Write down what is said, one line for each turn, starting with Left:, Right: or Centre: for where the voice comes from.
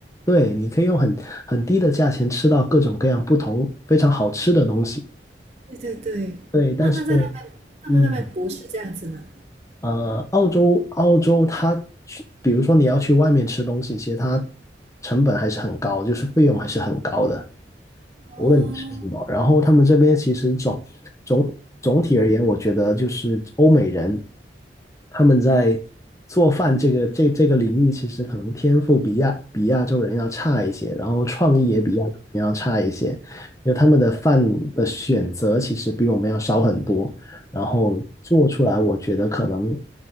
Left: 对，你可以用很很低的价钱吃到各种各样不同非常好吃的东西。
Right: 对对对，
Left: 对，但是
Right: 那那在那边，那边那边不是这样子吗？
Left: 嗯。呃，澳洲澳洲它去，比如说你要去外面吃东西，其实它成本还是很高，就是费用还是很高的，
Right: 哦，
Left: 无论你吃什么。然后他们这边其实总总总体而言，我觉得就是欧美人他们在做饭这个这这个领域，其实可能天赋比亚比亚洲人要差一些，然后创意也比亚洲人要差一些，因为他们的饭的选择其实比我们要少很多。然后做出来，我觉得可能，